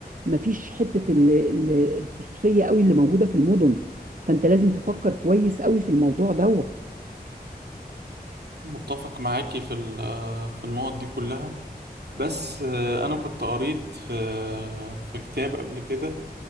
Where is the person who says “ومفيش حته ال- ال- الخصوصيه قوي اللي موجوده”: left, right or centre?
Right